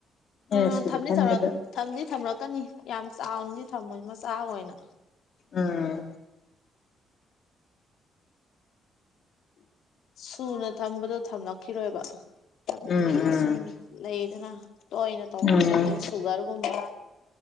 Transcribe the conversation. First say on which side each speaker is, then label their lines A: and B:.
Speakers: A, on the left; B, on the left.
A: ꯑꯩꯅ
B: ꯑꯥ
A: ꯁꯨꯝ
B: ꯊꯝꯗꯤ
A: ꯈꯟꯕꯗ
B: ꯊꯝꯔꯛ ꯊꯝꯗꯤ ꯊꯝꯔꯛꯀꯅꯤ ꯌꯥꯝ ꯆꯥꯎꯅꯗꯤ ꯊꯝꯃꯣꯏ ꯃꯆꯥ ꯑꯣꯏꯅ
A: ꯑꯥ
B: ꯁꯨꯅ ꯊꯝꯕꯗ ꯊꯝꯂꯛꯈꯤꯔꯣꯏꯕ ꯍꯥꯏꯕꯗꯤ
A: ꯎꯝ
B: ꯁꯨꯝ ꯂꯩꯗꯅ ꯇꯣꯏꯅ ꯇꯧꯒꯟꯕ
A: ꯎꯝ
B: ꯇꯦꯁ ꯁꯨꯒꯔꯒꯨꯝꯕ